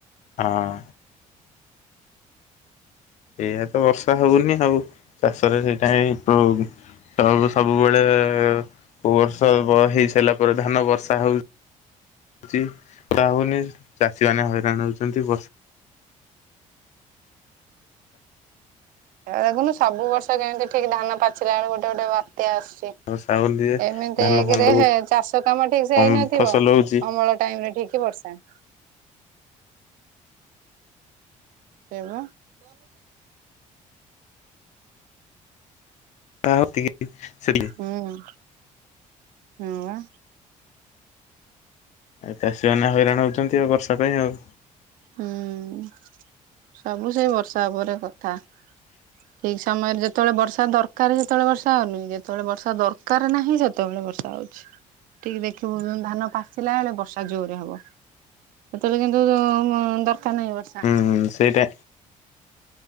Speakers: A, on the left; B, on the right.
A: ହଁ। ଏଇଆ ତ ବର୍ଷା ହଉନି ଆଉ ଚାଷରେ ସେଇଟା ସବୁ ସବୁବେଳେ କୋଉ ବର୍ଷ ହେଇ ସାରିଲା ପରେ ଧାନ ବର୍ଷା ହଉ ଚି। କା ହଉନି ଚାଷୀମାନୋନେ ହଇରାଣ ହଉଛନ୍ତି ବ
B: ଏ ଦେଖୁନୁ ସବୁ ବର୍ଷ କେମିତି ଠିକ ଧାନ ପାଚିଲା ବେଳକୁ ଗୋଟେ ଗୋଟେ ବାତ୍ୟା ଆସୁଛି।
A: ବର୍ଷା ହଉନି ଯେ
B: ଏମିତିରେ
A: ଧାନ ଫାନ
B: ଚାଷ କାମ ଠିକ ସେ
A: କମ
B: ହେଇନଥିବ।
A: ଫସଲ ହଉଛି
B: ଅମଳ ଟାଇମ ରେ ଠିକି ବର୍ଷା। ସେବ <inaudible>
A: ଆତିକି ସେିଲି <inaudible>
B: ହୁଁହୁଁ ହଁ ବା।
A: ଚାଷୀମାନେ ହଇରାଣ ହୋଉଚନ୍ତି ଆଉ ବର୍ଷା ପାଇଁ ଆଉ।
B: ହୁଁ ସବୁ ସେ ବର୍ଷା ଉପରେ କଥା।
A: <inaudible>
B: ଠିକ ସମୟରେ ଯେତେବେଳେ ବର୍ଷା ଦରକାର ସେତେବେଳେ ବର୍ଷା ହଉନି ଯେତେବେଳେ ବର୍ଷା ଦରକାର ନାହିଁ ସେତେବେଳେ ବର୍ଷା ହଉଛି। ଟିକେ ଦେଖିବୁ ଉଁ ଧାନ ପାଚିଲା ବେଳେ ବର୍ଷା ଜୋରେ ହବ। ସେତେବେଳେ କିନ୍ତୁ ଉଁ ଉଁମ ଦରକାର ନାହିଁ ବର୍ଷା।
A: ହୁଁ ସେଇଟା।